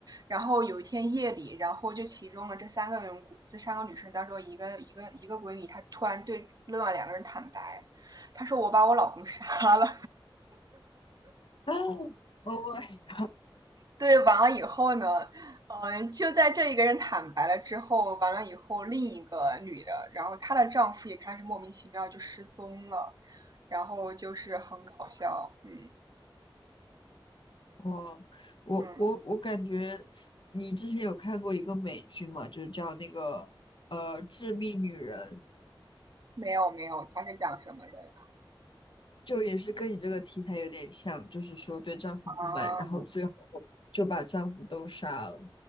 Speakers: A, on the right (about 45°); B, on the left (about 65°).
A: 然后有一天夜里，然后就其中的这三个人，这三个女生当中一个一个一个闺蜜，她突然对另外两个人坦白，她说我把我老公杀了。
B: <gasps> o <laughs>
A: 对，完了以后呢，嗯、就在这一个人坦白了之后，完了以后，另一个女的，然后她的丈夫也开始莫名其妙就失踪了，然后就是很搞笑，嗯
B: 我我我我感觉你之前有看过一个美剧吗？
A: 嗯，
B: 就是叫那个呃《致命女人》，
A: 没有没有，他是讲什么的呀？
B: 就也是跟你这个题材有点像，就是说对丈夫不满，
A: 啊，
B: 然后最后就把丈夫都杀了。